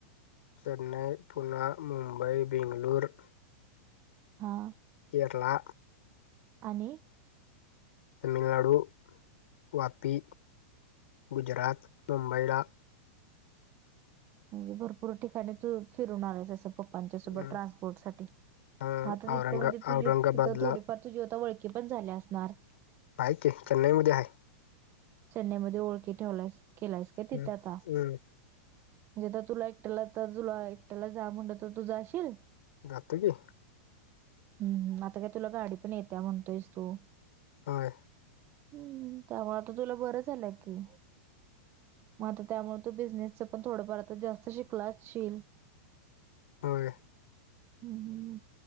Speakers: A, on the left; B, on the right.
A: चेन्नई. पुना. मुंबई. बेंगलूर.
B: हा.
A: केरला
B: आणि
A: तामिळनाडू वापी गुजरात, मुंबईला
B: म्हणजे भरपूर ठिकाणी तू फिरून आलंयस असं. पप्पांच्या
A: हम्म.
B: सोबत ट्रान्सपोर्ट साठी
A: हा
B: मग तिथं
A: औरंगा
B: आता तुझी
A: औरंगाबादला
B: तिथं थोडीफार तुझी ओळखी ती पण झाल्या असणार.
A: आहे कि चेन्नई मध्ये आहे.
B: चेन्नईमध्ये ओळखी ठेवलायसं केलायसं का तिथे
A: हम्म
B: आता?
A: हम्म
B: म्हणजे तर तुला एकट्याला तर तुला एकट्याला जा म्हणलं तर तू जाशील?
A: जातो की.
B: हम्म आता काय तुला गाडी पण येते म्हणतोयस तू
A: होय.
B: हम्म त्यामुळे आता तुला बरं झालंय की. मग आता त्यामुळे तो बिझनेसच पण थोडंफार आता जास्त शिकला असशील?
A: होय.
B: हम्म